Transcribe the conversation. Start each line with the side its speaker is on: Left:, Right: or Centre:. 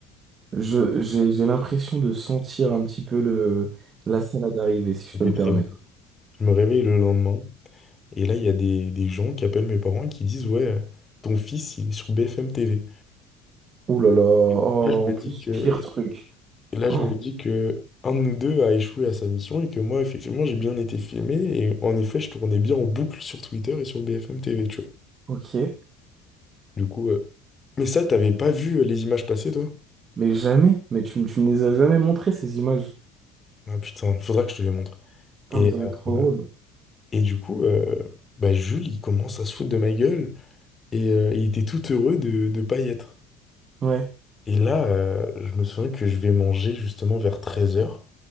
Right: Je, j'ai, j'ai l'impression de sentir un petit peu le, la salade arriver, si je
Left: c'était
Right: peux me
Left: très
Right: permettre.
Left: bon. Je me réveille le lendemain, et là il y a des, des gens qui appellent mes parents et qui disent, ouais, euh, ton fils, il est sur BFM TV.
Right: Ouh là là, oh,
Left: Et donc là, je me
Right: en plus,
Left: dis que
Right: pire truc.
Left: Et là, je
Right: Oh,
Left: me dis que un de nous deux a échoué à sa mission et que moi, effectivement, j'ai bien été filmé. Et en effet, je tournais bien en boucle sur Twitter et sur BFM TV, tu vois.
Right: ok.
Left: Du coup, euh, mais ça, t'avais pas vu euh, les images passer, toi?
Right: Mais jamais, mais tu, me- tu me les as jamais montré ces images.
Left: Ah putain, faudra que je te les montre.
Right: Putain,
Left: Et,
Right: mais ça doit être trop
Left: euh,
Right: drôle.
Left: et du coup, euh, bah, Jules, il commence à se foutre de ma gueule et euh, il était tout heureux de ne pas y être.
Right: Ouais,
Left: Et là, euh, je me souviens que je vais manger justement vers 13 heures.